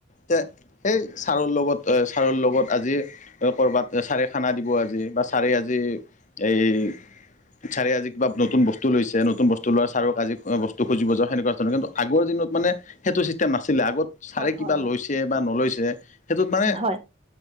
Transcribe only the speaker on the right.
হয় হয়
হয়
উম হয় হয় হয় হয় হয় হয় হয় হয় হয় হয়